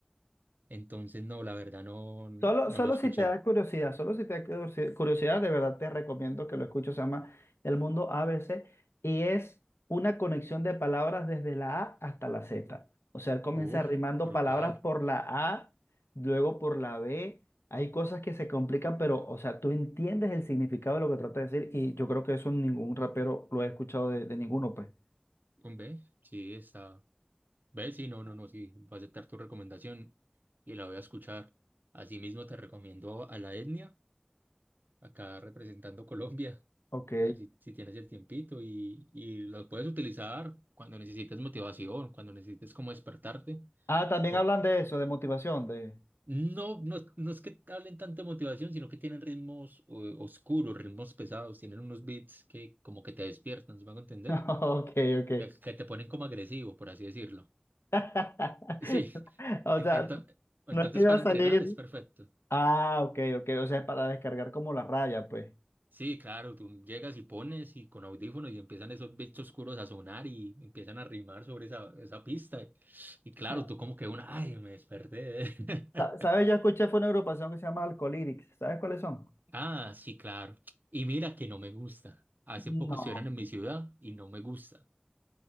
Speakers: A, on the right; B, on the left.
A: Entonces, no, la verdad no, no
B: Solo, solo
A: lo he escuchado.
B: si te da curiosidad, solo si te da curiosi- curiosidad, de verdad te recomiendo que lo escuches. Se llama El Mundo A B C y es una conexión de palabras desde la A hasta la Z. O sea, él comienza
A: Uf,
B: rimando
A: brutal.
B: palabras por la A, luego por la B. Hay cosas que se complican, pero, o sea, tú entiendes el significado de lo que trata de decir y yo creo que eso ningún rapero lo he escuchado de, de ninguno, pues.
A: Un B, sí, está. B, sí, no, no, no, sí, voy a aceptar tu recomendación y la voy a escuchar. Asimismo, te recomiendo a La Etnia, acá representando Colombia,
B: Ok.
A: a ver si, si tienes el tiempito y, y lo puedes utilizar cuando necesites motivación, cuando necesites como despertarte,
B: Ah, también
A: por-
B: hablan de eso, de motivación, de...
A: No, no, es no es que hablen tanto de motivación, sino que tienen ritmos eh, oscuros, ritmos pesados, tienen unos beats que como que te despiertan, ¿se me a entender?
B: <laughs> Ok, ok.
A: Que, que te ponen como agresivo, por así decirlo.
B: <laughs>
A: Sí,
B: O
A: en-
B: sea,
A: ento- entonces
B: No es que iba
A: para
B: a
A: entrenar
B: salir.
A: es perfecto.
B: Ah, ok, ok. O sea, es para descargar como la raya, pues.
A: Sí, claro, tú llegas y pones y con audífonos y empiezan esos beats oscuros a sonar y empiezan a rimar sobre esa, esa pista. Y, claro,
B: Sa-
A: tú como que una, ay, me desperté. <laughs>
B: sa- ¿Sabes? Yo escuché, fue una agrupación que se llama Alcolytics. ¿Sabes cuáles son?
A: Ah, sí, claro. Y mira que no me gusta. Hace
B: No,
A: poco estuvieron en mi ciudad y no me gusta.